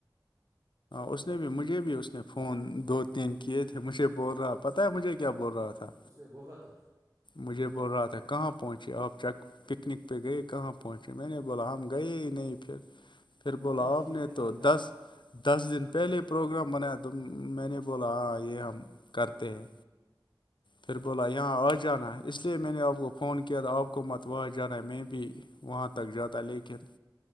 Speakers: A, on the left; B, on the right.
A: اس نے بھی مجھے بھی اس نے فون دو کیے تھے مجھے بول رہا پتا ہے مجھے کیا بول رہا تھا
B: سے بولا تھا
A: مجھے بول رہا تھا کہاں پہنچے آپ چیک پکنک پہ گئے کہاں پہنچے میں نے بولا ہم گئے ہی نہیں پھر پھر بولا
B: لفٹ
A: آپ
B: ہی
A: نے
B: نہیں
A: تو
B: تھا
A: دس دس دن پہلے پروگرام بنایا تو میں نے بولا ہاں یہ ہم کرتے ہیں پھر بولا یہاں آ جانا اس لیے میں نے آپ کو فون کیا تھا آپ کو حکومت وہاں جانا ہے میں بھی وہاں تک جاتا ہے لیکن